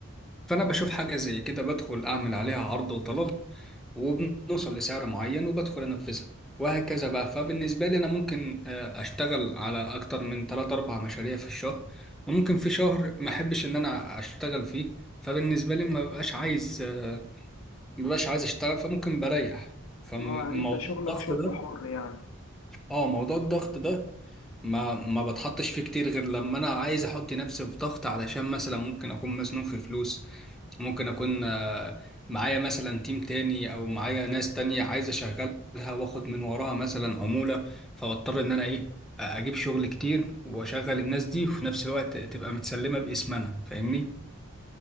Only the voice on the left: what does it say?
ما يعني انت شغلك
شغل
حر يعني